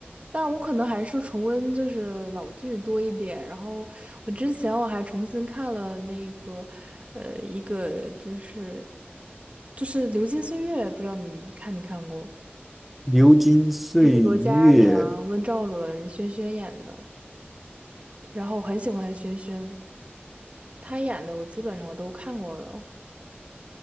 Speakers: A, on the right; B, in the centre.
A: 但我可能还是重温就是老剧多一点。然后我之前我还重新看了那个，呃，一个就是就是《流金岁月》，不知道你看没看过？
B: 流金岁月
A: 就是罗嘉良、温兆伦、轩轩演的。然后我很喜欢轩轩，他演的我基本上都看过了。